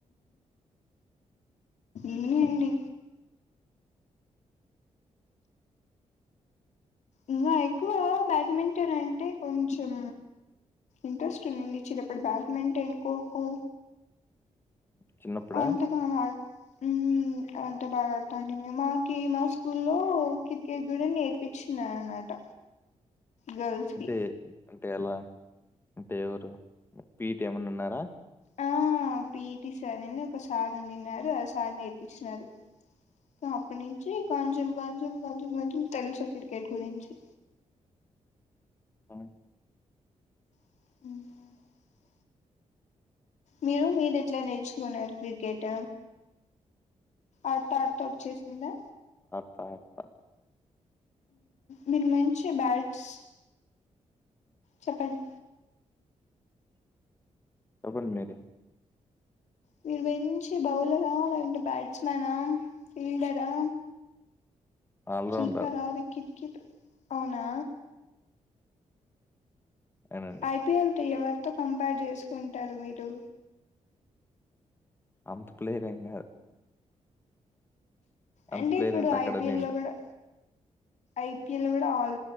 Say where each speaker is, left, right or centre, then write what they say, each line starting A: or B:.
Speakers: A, on the left; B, on the left.
A: ఏ అండి ఇంకా ఎక్కువ బ్యాడ్మింటన్ అంటే కొంచెం ఇంట్రెస్ట్ ఉందండి చిరప్పుడు బ్యాడ్మింటన్ కోకో
B: చిన్నప్పుడా
A: అంటే మా వాడు ఉహు అంతా బాగా ఆడతాండి మేము మాకి మా స్కూల్లో క్రికెట్ కూడా నేర్పించిన అనమాట గర్ల్స్
B: అంటే
A: కి
B: అంటే ఎలా ఏ ఊరు పిటి ఏమన్నా ఉన్నారా
A: ఆ పిటి సార్ అని ఒక సార్ నిన్నారు ఆ సార్ నేర్పించిన ఇంకా అప్పటినుంచి కొంచెం కొంచెం కొంచెం కొంచెం తెలుసు క్రికెట్ గురించి
B: ఉ
A: ఉఉ మీరు మీరు ఎట్లా నేర్చుకున్నారు క్రికెట్ ఆడతా ఆడతా వచ్చేసిందా
B: తాత
A: మీరు మంచి బ్యాట్స్ చెప్పండి
B: ఎవరు మీరు
A: వీరు మంచి బౌలరా లేలాంటే బ్యాట్స్మనా ఫీల్డరా
B: ఆల్రౌండర్
A: కీపర్ ఆ వికెట్ అవునా
B: అవునండి
A: ఐపీఎల్ తో ఎవరితో కంపేర్ చేసుకుంటారు మీరు
B: అంత ప్లేయర్ ఏం కాదు అంత
A: అంటే
B: ప్లేయర్
A: ఇప్పుడు
B: అక్కడ
A: ఐపీఎల్
B: నిండు
A: లో కూడా ఐపీఎల్ లో కూడా ఆల